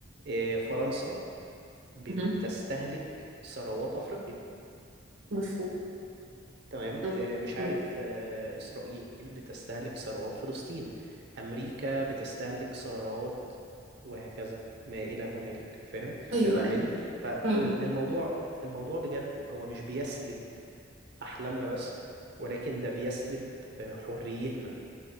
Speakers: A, on the right (about 60°); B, on the right (about 80°).
A: آه فرنسا بتستهلك
B: مهم.
A: ثروات افريقيا
B: مفهوم
A: تمام
B: مم.
A: آه، مش
B: مم.
A: عارف آه، إسرائيل بتستهلك ثروات فلسطين أمريكا بتستهلك ثروات وهكذا ما إلى هنالك فاهم
B: ايوه
A: آه، فاهماني
B: ايوه
A: فالموضوع
B: امم
A: الموضوع بجد هو مش بيسلب أحلامنا بس ولكن ده بيسلب آه، حريتنا